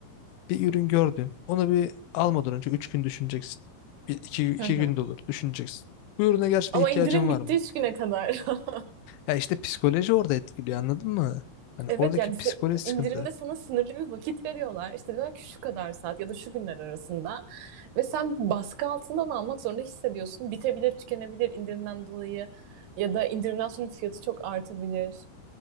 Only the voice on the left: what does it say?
Bir ürün gördün onu bir almadan önce 3 gün düşüneceksin. Bir, iki, iki
gün de olur düşüneceksin. Bu ürüne gerçekten
ihtiyacın
var
mı?
Ya işte psikoloji orada etkiliyor anladın mı? Hani
oradaki
psikoloji
sıkıntı.